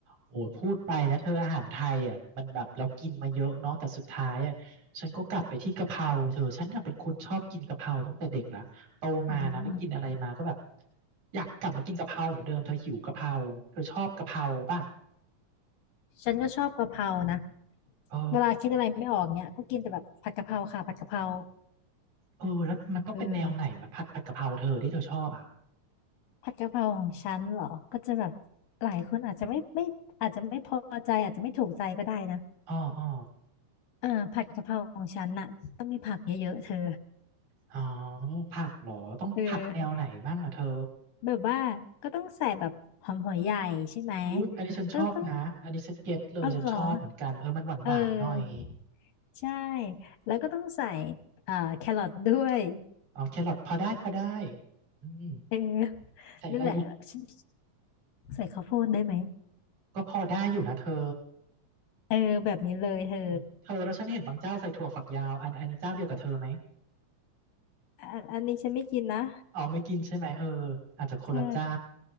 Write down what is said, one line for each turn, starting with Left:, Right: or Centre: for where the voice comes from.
Right: โอ้ยพูดไปนะเธออาหารไทยอ่ะมันแบบเรากินมาเยอะเนาะแต่สุดท้ายอ่ะฉันก็กลับไปที่กะเพราเธอฉันน่ะเป็นคนชอบกินกะเพราตั้งแต่เด็กละโตมานะไปกินอะไรมาก็แบบ
Left: อืม
Right: อยากกลับมากินกะเพราเหมือนเดิมเธอหิวกะเพราเธอชอบกะเพราป่ะ
Left: ฉันก็ชอบกะเพรานะ
Right: เออ
Left: เวลาคิดอะไรไม่ออกเนี่ยก็กินแต่แบบผัดกะเพราค่ะผัดกะเพรา
Right: เออแล้วมันต้องเป็นแนวไหนวะผัดผัดกะเพราเธอที่เธอชอบอ่ะ
Left: เออผัดกะเพราของฉันเหรอก็จะแบบหลายคนอาจจะไม่ไม่อาจจะไม่พอใจอาจจะไม่ถูกใจก็ได้นะ
Right: อ๋ออ๋อ
Left: เออผัดกะเพราของฉันน่ะต้องมีผักเยอะๆเธอ
Right: อ๋อผักเหรอต้องผักแนวไหนมั่งอ่ะเธอ
Left: เออแบบว่าก็ต้องใส่แบบหอมหัวใหญ่ใช่ไหม
Right: อุ๊ยอันนี้ฉันชอบนะอันนี้ฉันเก็ตเลยฉันชอบเหมือนกันเออมันหวานหวานหน่อย
Left: ก็ต้องอ๋อเหรอเออใช่แล้วก็ต้องใส่เอ่อแครอทด้วย
Right: อ๋อแครอทพอได้พอได้อืม
Left: เออ
Right: ใส่อะไรอีก
Left: นั่นแหละฉันใส่ข้าวโพดได้ไหม
Right: ก็พอได้อยู่นะเธอ
Left: เออแบบนี้เลยเธอ
Right: เนอะเธอแล้วฉันเห็นบางเจ้าใส่ถั่วฝักยาวอันอันนี้เจ้าเดียวกับเธอไหม
Left: อะอันนี้ฉันไม่กินนะ
Right: อ๋อไม่กินใช่ไหมเอออาจจะคนละเจ้า
Left: ใช่